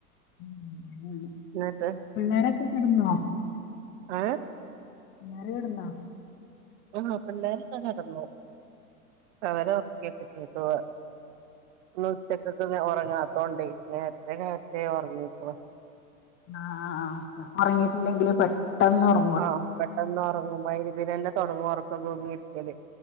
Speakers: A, on the left; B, on the right.
A: <unintelligible>
B: ന്നട്ട്
A: പിള്ളേരൊക്കെ കെടന്നോ?
B: അഏഹ്
A: ളാര്കട്ന്നോ
B: ആഹ്‌ പിള്ളേരൊക്കെ കടന്നു അവര ഒർക്കിയൊക്കെ ചെയ്തുവ ന്ന് ഉച്ചകൊക്കെ ഒറങ്ങാത്തോണ്ടേ നേരത്തെ കാലത്തെ ഒറങ്ങിക്ണ്
A: ആഹ്‌ ആഹ് ആഹ് ച്ചക്ക്‌ ഒറങ്ങിട്ടില്ലെങ്കില് പെട്ടെന്ന് ഒറ
B: ആഹ്‌ പെട്ടെന്ന് ഒറങ്ങും മൈരിബ്നെന്നെ തൊടങ്ങും ഒറക്കം തൂങ്ങി ഇരിക്കല്